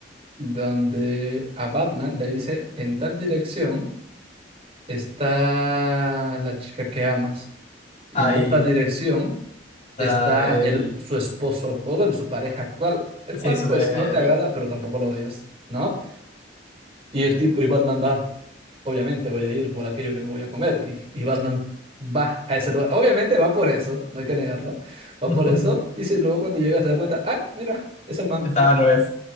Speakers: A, on the right; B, on the left.
A: Donde a Batman le dice, en tal dirección está la chica que amas. Y
B: Ahí
A: en otra dirección
B: está
A: está
B: el.
A: el, su esposo, o bueno, su pareja actual, el
B: Sí,
A: cual
B: su
A: pues
B: pareja.
A: no
B: el-
A: te agrada, pero tampoco lo odias, ¿no? Y el tipo, y Batman va, obviamente voy a ir por aquello que me voy a comer. Y, y Batman va a ese lugar. Obviamente va por eso, no hay que negarlo. Va
B: <laughs>
A: por eso. Y si luego cuando llega se da cuenta, ah, mira, es el man.
B: Estaba al revés.